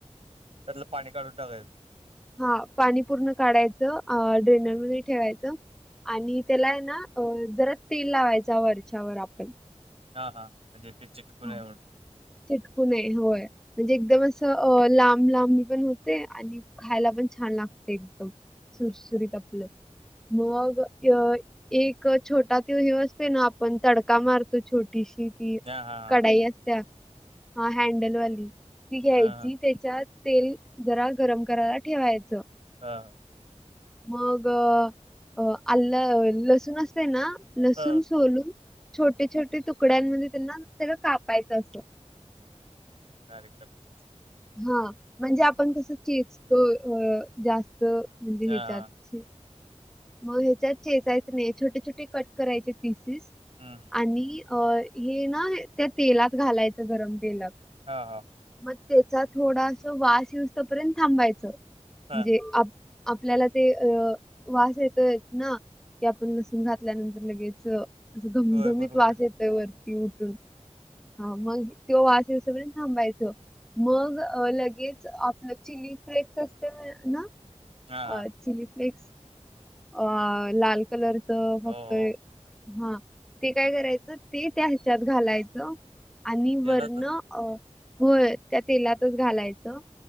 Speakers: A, on the right; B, in the centre.
A: त्यातलं पाणी काढून टाकाेल.
B: हा पाणी पूर्ण काढायचं ड्रेनर म ठेवायचं आणि त्याला आहे ना जरा तेल लावायचा वरच्यावर आपण
A: हा हा म्हणजे ते चिटकूनय
B: हा.
A: म्हणून
B: चिटकू नये होय म्हणजे एकदम असं अ लांब लांबी पण होते आणि खायला पण छान लागते एकदम सुरसुरीत
A: हं.
B: आपलं मग अ एक छोटा तेव ह असते ना आपण तडका मारतो छोटीशी त
A: हां, हां, हां.
B: कढाई असत्या ह हँडलवाली ती घ्यायची
A: हां, हां.
B: त्याच्या तेल जरा गरम करायला ठेवायचं
A: हा ह
B: मग आ लसूण असते ना लसूण
A: हां, हां.
B: सोलून छोटे छोटे तुकड्यांमध्ये त्यांना सगं कापायचं असतं.
A: काररक्ट
B: हा म्हणजे आपण कस चेचतो जास्त म्हणजे ह्याच्यात
A: हां, हां.
B: मग ह्याच्यात चेचायचं नाही छोटे छोटे कट करायचे पिसेस
A: हं, हं.
B: आणि अ हे ना त्या तेलात घालायचं गरम तेला
A: हां हो
B: मग त्याचा थोडास वास यऊज तपर्यंत थांबायच म्हणजे
A: हां.
B: आपल्याला ते अ वास येतयच ना की आपण लसूण घातल्यानंतर लगेच अस घमघमीत
A: होय, बरोबर
B: वास
A: आहे.
B: येत वरती उठून हा मग त वास स प थांबायच मग लगेच आपलं चिली फ्रेक्स असते ना
A: हां, हां.
B: अ चिली फ्लेक्स अ लाल कलरच फक्त
A: हो, हो.
B: हा ते काय करायचं ते त्या हिच्यात घालायचं आणि
A: तेलातच.
B: वर्ण अ होय त्या तेलातच घालायचं.